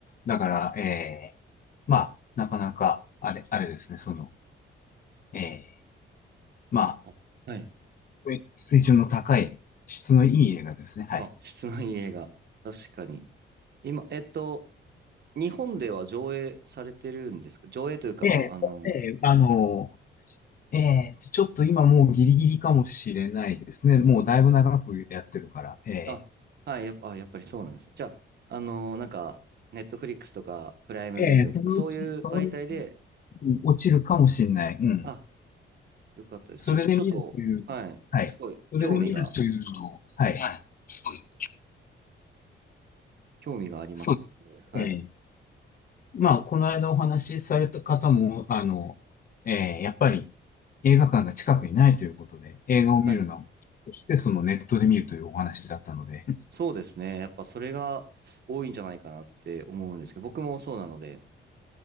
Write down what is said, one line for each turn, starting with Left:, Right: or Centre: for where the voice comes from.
Left: だから、えー、まあ、なかなか、あれ、あれですね、その、えー、まあ、
Right: あはい。
Left: はい水準の高い、質のいい映画ですね、はい。
Right: あ、質のいい映画。確かに。今、えっと、日本では上映されてるんですか上映というか、
Left: ええええあの、
Right: まあ、あの、
Left: えー、ちょっと今もうギリギリかもしれないですね。もうだいぶ長くやってるから、ええ
Right: あ、はい、やっぱ、あ、やっぱりそうなんですね。じゃあ、あの、なんか、ネットフリックスとか、プライムビデオとか、
Left: ええそのうち、
Right: そういう媒体で、
Left: そのうち、うん落ちるかもしれない。うん。
Right: あ、よかったです。
Left: それで見るという、
Right: ちょっと、ちょっと、はい。
Left: はい。
Right: すごい、
Left: それで見るというのを、
Right: 興味が、
Left: はい。はい。そうです、
Right: 興味がありますね。
Left: そうです、
Right: すごい。はい。
Left: ええ。まあ、この間お話しされた方も、あの、えーやっぱり映画館が近くにないということで、映画を見るのはそして、
Right: はい
Left: そのネットで見るというお話だったので、
Right: そうですね。やっぱそれが多いんじゃないかなって思うんですけど、僕もそうなので。